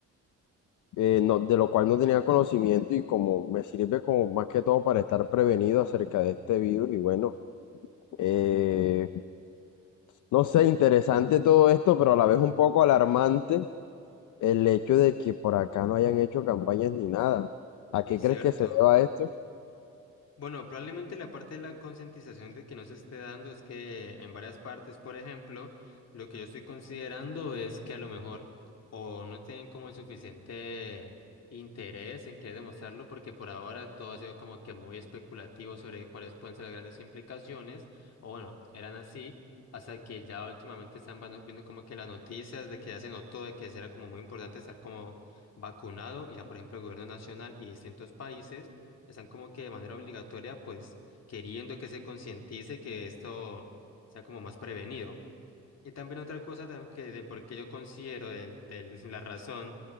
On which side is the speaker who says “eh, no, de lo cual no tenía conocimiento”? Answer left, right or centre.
Left